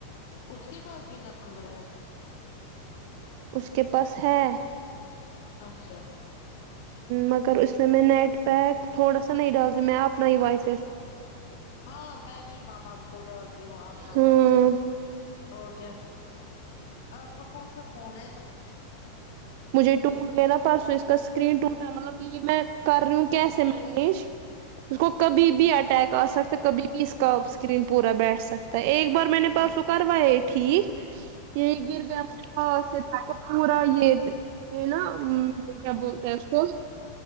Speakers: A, on the left; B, on the right.
A: اس کے پاس بھی نمبر ہے
B: اس کے پاس ہے
A: اچھا
B: مگر ا اس م میں م میں نیٹ پیک تھوڑا سا نئی ڈال دی م میں آ اپ نئی وائف
A: ہاں میں بھی ماما کو ڈالتی ہوں اپنا
B: ہاں
A: وائی فائی اور کیا آپ کا کون سا فون ہے
B: مجھے ٹوٹ گیا نا پرسو اس کا اسکرین ٹوٹا مطلب یہ میں کر رہ ہوں کی کیسے مینیج اس کو کبھی بھی اٹیک آ سکتا کبھی بھی اس کا اسکرین پورا بیٹھ سکتا ہے ایک بار میں نے
A: مین
B: پرسوں کروایا ٹھیک یہ گرگیا خاص پورا ییٹ یہ نا کیا بولتے ہیں اس کو